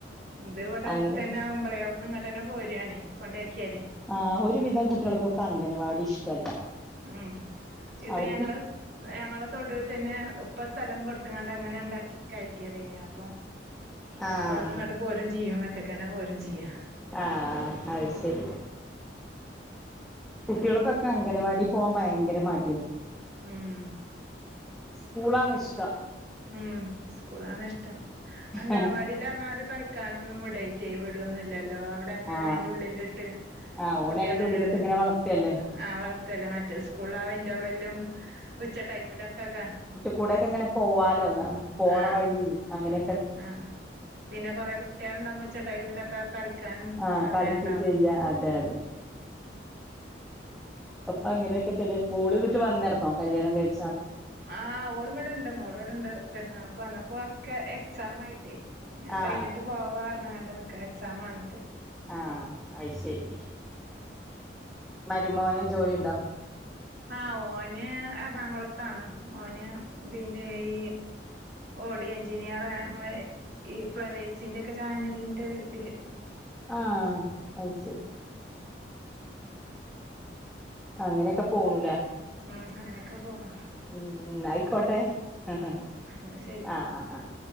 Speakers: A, on the right (about 60°); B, in the centre.
A: ഇത്വിടെ
B: അങ്ങനെ
A: ആവുമ്പോളേ അവിടുന്ന് ഇങ്ങട്ടന്ന പോരണ് കൊണ്ടേക്കിയാലേ
B: ആ് ഒരുവിധം കുട്ടികൾക്കൊക്കെ അംഗൻവാടി ഇഷ്ടല്ല
A: ഉം ഇത്
B: അവർക്ക്
A: ഞങ്ങള് ഞങ്ങളെ തൊടുൽ തന്നെ ഇപ്പ സ്ഥലം കൊടുത്തങ്ങാണ്ട് അങ്ങനെ ഇണ്ടാക്കി കയറ്റിയതയ്നി അപ്പൊ
B: ആഹ്
A: അവിടന്ന് ഇങ്ങോട്ട് പോരും ചെയ്യും മറ്റക്കന്നെ പോരും ചെയ്യാ
B: ആഹ് അയ്ശരി കുട്ടികൾക്കൊക്കെ അംഗനവാടി പോകാൻ ഭയങ്കര മടിയ
A: ഉം
B: സ്കൂളാണ്ഷ്ടം
A: ഉം സ്കൂളാണ്ഷ്ടം അംഗനവാടിൽറിഞ്ഞാല്
B: ആഹ്
A: കളിക്കാനൊന്നും വിട പിറ്റേ വീടൊന്നുംല്ലല്ലോ അവിടെ അങ്ങനെ
B: ആഹ്
A: അയിന്റെ ഉള്ളിലിട്ട്
B: ആഹ് ഓല്
A: കുട്ടിയള
B: അയിന്റെ ഉള്ളിലിട്ട്
A: അങ്ങനെതാ
B: ഇങ്ങനെ വളർത്തല്ലേ
A: ആഹ് വളത്തല്ലേ മറ്റേ സ്കൂള ആ ഇന്റർവെലും ഉച്ച ടൈമിലൊക്കെ ഒക്കെ
B: കൂടെയൊക്കെ അങ്ങനെ പോവാലോ പോണ
A: ആഹ്
B: വഴി അങ്ങനെ
A: ആഹ് പിന്നെ കൊറേ കുട്ടികളുണ്ടവുമ്പോ ഉച്ച ടൈമിലൊക്കെ ക്കാൻ
B: ആഹ്
A: സമയ
B: കളിക്കും
A: ഉണ്ടാവും
B: ചെയ്യാ അതെ അതെ അപ്പൊ അങ്ങനെയൊക്കെ തന്ന മോള്ന്നിട്ട് വന്നാരുന്നോ കല്യാണം കഴിച്ചാണ്
A: ആഹ് ഓളും ഇടെ ഇണ്ട് മോള ഇവിടെണ്ട് പെരുന്നാൾക്ക് വന്നപ്പോ ഒക്കെ എക്സാം ആയിട്ടേ അഹ്
B: ആഹ്
A: കഴിഞ്ഞിട്ട് പോവാ പറഞ്ഞണം കണ്ട നിക്ക എക്സാമാണ്പ്പോ
B: ആഹ് അയ്ശെരി മരുമോന് ജോലി ഉണ്ടോ
A: ആഹ് ഓന് എറണാകുളത്താണ് ഓന് ഇതിന്റെ ഈ ഓഡിയ എഞ്ചിനീയറാ ആ നമ്മളെ ഈ ഫ്ലവേഴ്സിന്റെ ഒക്കെ ചാനലിൻന്റെ ഇതില്
B: ആഹ് അയ്ശരി അങ്ങനെയൊക്കെ പോണൂലേ
A: ഉം അങ്ങനെയൊക്കെ പോണ്
B: ഉം ന്നാ ആയിക്കോട്ടെ ആഹ്
A: എന്നാ ശരി
B: ആഹ് ആഹ്